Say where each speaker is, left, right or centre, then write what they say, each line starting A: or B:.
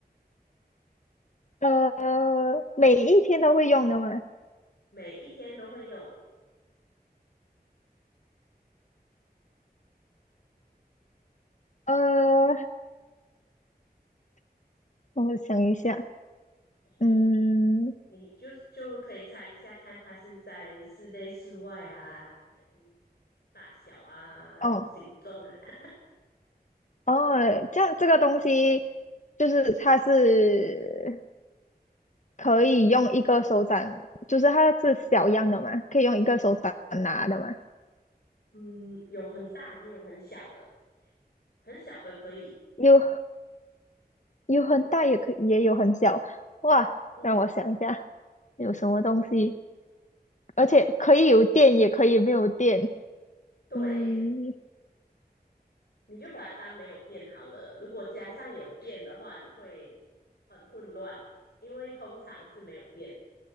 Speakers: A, on the left (about 45°); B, on the left (about 80°).
A: 呃，每一天都会用的嘛，
B: 每一天都会用。
A: 呃，我想一下，
B: 嘿，
A: 嗯。
B: 你就就可以猜一下，看它是在室内、室外啊，还是大小啊、
A: 哦。
B: 形状啊？
A: 哦，这样这个东西就是它是可以用一个手掌，就是它是小样的嘛，可以用一个手掌拿的嘛，
B: 嗯，有很大也有很小的，很小的可以。
A: 有有很大也可也有很小，哇，
B: 嗯，
A: 让我想一下有什么东西，而且可以有电也可以没有电，
B: 对，
A: 嗯，
B: 你就把它当没有电好了。如果加上有电的话，你会很混乱，因为通常是没有电，